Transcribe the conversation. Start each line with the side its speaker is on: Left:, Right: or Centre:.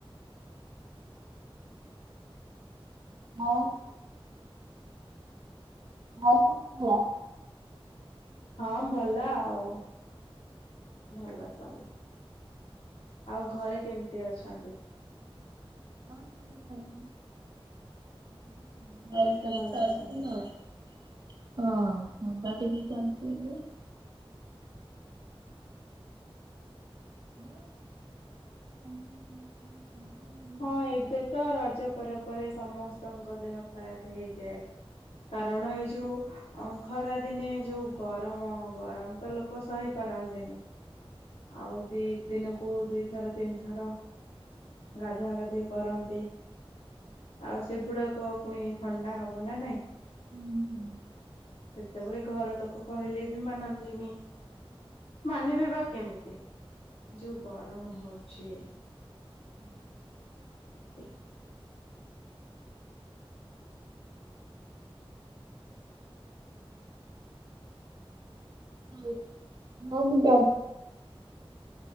Left: ହଁ
Right: ହଁ। ଆଉ କଣ?
Left: ହଁ ଭଲ ଆଉ ଭଲ ସବୁ ଆଉ ଘରେ କେମିତି ଅଛନ୍ତି?
Right: ହଁ କ ଆଉ ଚାଲିଛି କଣ?
Left: ସମସ୍ତେ
Right: ହଁ
Left: ଭଲ ଅଛନ୍ତି
Right: ମୁଁ ତ ଟିକେ ଚାଲିଛି ଯେ ହୁଁ
Left: ହଁ ଏବେ ତ ରଜ ପରେ ପରେ ସମସ୍ତଙ୍କ ଦେହ ଖରାପ ହେଇଯାଏ। କାରଣ ଏଇ ଯୋଉ ଖରାଦିନେ ଯୋଉ ଗରମ ଗରମ ତ ଲୋକ ସହିପାରନ୍ତିନି। ଆଉ ଦି ଦିନକୁ ଦିଇଥର ତିନିଥର ଗାଧୁଆ ଗାଧୋଇ କରନ୍ତି ଆଉ ସେଗୁଡାକ ପୁଣି ଥଣ୍ଡା ହବ ନା ନାଇଁ?
Right: ହୁଁ
Left: ସେତେବେଳେ ଘର ଲୋକ କହିଲେ ବି ମାନନ୍ତିନି ମାନିବେ ବାକ କେମିତି ଯୋଉ ଗରମ ହଉଛି।
Right: ହୁଁ।
Left: <unintelligible>
Right: <unintelligible>